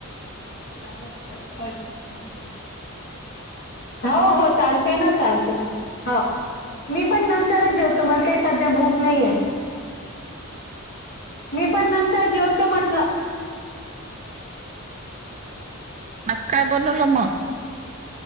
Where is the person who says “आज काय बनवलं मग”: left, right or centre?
Right